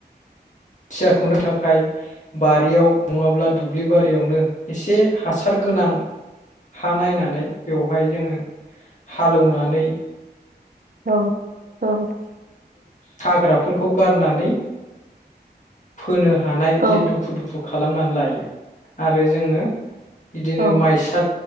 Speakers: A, on the left; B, on the right.
A: <unintelligible> थाखाय बारियाव नङाब्ला दुब्लि बारियावनो इसे हासार गोनां हा नायनानै बेवहाय जोङो हालोवनानै
B: औ औ।
A: हाग्राफोरखौ गारनानै फोनो हानाय
B: औ
A: जे दुफु दुफु खालामनानैलायो आरो जोङो। इदिनो
B: औ
A: माइसा